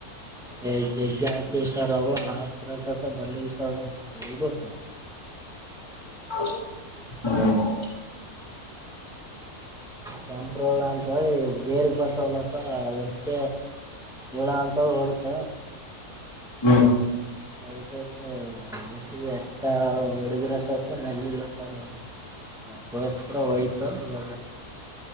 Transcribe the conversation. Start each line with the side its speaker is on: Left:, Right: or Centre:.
Centre: ಏ ಜಗ್ಗ ಹಾಕ್ವಿ ಸರ್ ಅವ್ರು ಆತ್ರ ಸತ್ತ ಬರ್ಲಿಲ್ ಸರ್ ಹೋಗ್ಬಡ್ತಾವ್ <unintelligible>
Left: ಔ <unintelligible>
Centre: ಕೆಂಪ್ರೋಗ ಅಂತ್ಲ ಬೇರೆಗ್ ಬರ್ತಾವಲ್ಲ ಸರ್ ಅದ್ರಕ್ಕ. ಒಳ ಅಂತ್ದ ಹೊಡಿತ.
Left: ಹ್ಮ
Centre: ಅದಿಕೋಸ ಮುಸಿಗೆ ಎಷ್ಟ ಹೊಡೆದ್ರೆ ಸರ್ಕ ನಲ್ಲಿಲ್ಲ ಸರ್. ಅದಕ್ಕೋಸ್ಕರ ಹಯ್ತ ಇ